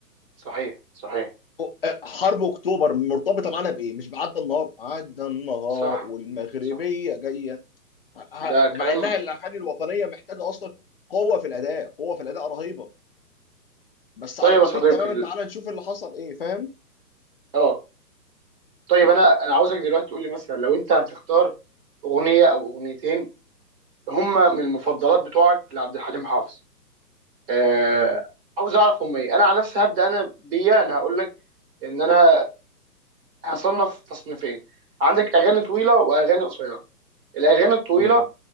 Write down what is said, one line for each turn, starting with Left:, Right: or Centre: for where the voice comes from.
Right: صحيح صحيح
Left: أو- آه، حرب اكتوبر مرتبطه معانا بايه مش بعدى النهار عدى النهار
Right: صح
Left: والمغربيه
Right: صح
Left: جايه ه- ه-
Right: ده
Left: مع
Right: كلام
Left: انها الاغاني الوطنيه محتاجه اصلا قوه في الاداء قوه في الاداء رهيبه بس
Right: طيب
Left: على النقيض
Right: يا صديقي
Left: تماما
Right: ال-
Left: تعالى نشوف اللي حصل ايه فاهم
Right: اه طيب انا انا عاوزك دلوقتي تقول لي مثلا لو انت هتختار اغنيه او اغنيتين هما من المفضلات بتوعك لعبد الحليم حافظ آه
Left: مم.
Right: عاوز اعرف هما ايه انا عن نفسي هبدا انا بيا انا هقول لك ان انا هصنف تصنيفين عندك اغاني طويله واغاني قصيره الاغاني الطويله
Left: مم.